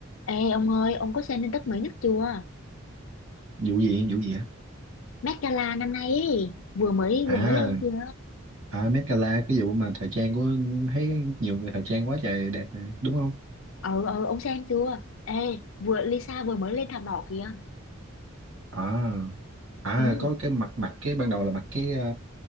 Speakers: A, on the left (about 65°); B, on the right (about 70°).
A: Ê ông ơi, ông có xem tin tức mới nhất chưa?
B: vụ gì vụ gì á
A: Met Gala năm nay ấy, vừa mới
B: à
A: vừa mới lên kìa.
B: à Met Gala cái vụ mà thời trang của thấy nhiều người thời trang quá trời đẹp nè đúng không
A: Ờ ờ ông xem chưa? Ê, vừa Lisa vừa mới lên thảm đỏ kìa.
B: à à
A: Ừ,
B: có cái mặt mặt cái ban đầu là mặc cái ờ,